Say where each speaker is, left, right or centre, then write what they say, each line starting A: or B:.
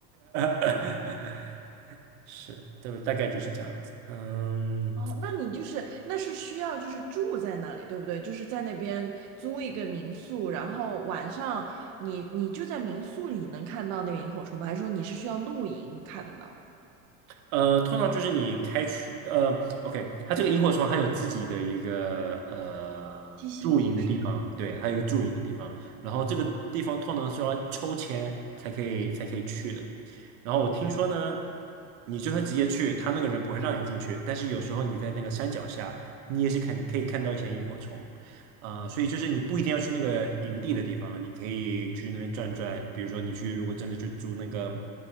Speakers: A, on the right; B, on the right.
A: <laughs> 是，对，大概就是这样子。嗯，
B: <laughs> 哦，那你就是那是需要就是住在那里，对不对？就是在那边租一个民宿，然后晚上你你就在民宿里能看到那个萤火虫吗？还是说你是需要露营看得到？
A: 呃，通常就是你开去，呃，OK，它这个萤火虫还有自己的一个呃驻营的地方，
B: 栖息地是吧，
A: 对，还有一个驻营的地方，然后这个地方通常是要抽签才可以才可以去的。然后我听说呢，你就会直接去，他那个人不会让你进去，但是有时候你在那个山脚下，你也是看可以看到一些萤火虫，呃，所以就是你不一定要去那个营地的地方，你可以去那边转转，比如说你去如果真的去租那个